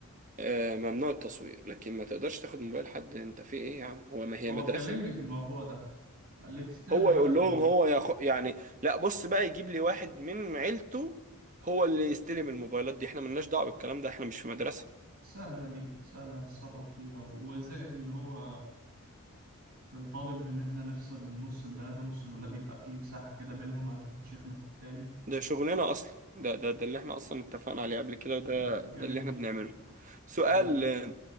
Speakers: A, on the right; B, on the right.
A: آه، ممنوع التصوير لكن ما تقدرش تاخد موبايل حد انت في ايه يا عم هو ما هي
B: هو
A: مدرسة
B: كلمني في الموضوع ده قال لي تستلم
A: هو
B: موبايل
A: يقول
B: قبل
A: لهم
B: ما يدخل
A: هو ياخ... يعني لا بص بقى يجيب لي واحد من عيلته هو اللي يستلم الموبايلات دي احنا ملناش دعوة بالكلام ده احنا مش في مدرسة
B: سهلة دي سهلة هتصرف فيها وزائد إن هو كان طالب إن إحنا نفصل نص البنات ونص الولاد يبقى فيه مساحة كده بينهم عشان محدش يخبط في التاني
A: ده شغلنا اصلا ده ده ده اللي احنا اصلا اتفقنا عليه قبل كده وده
B: ده جميل
A: ده اللي احنا بنعمله سؤال
B: جميل
A: آه،